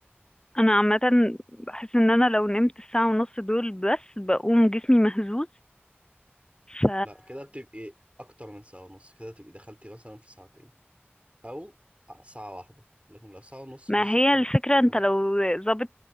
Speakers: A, on the left; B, on the right.
A: انا عامه بحس ان انا لو نمت الساعه ونص دول بس بقوم جسمي مهزوز ف
B: لا كده بتبقي اكتر من ساعة ونص كده تبقي دخلتي مثلا في ساعتين او ساعة واحدة لكن لو ساعة ونص
A: ما
B: بالظبط
A: هي الفكره
B: ما بتبقى
A: انت
B: مظبوط
A: لو ظابط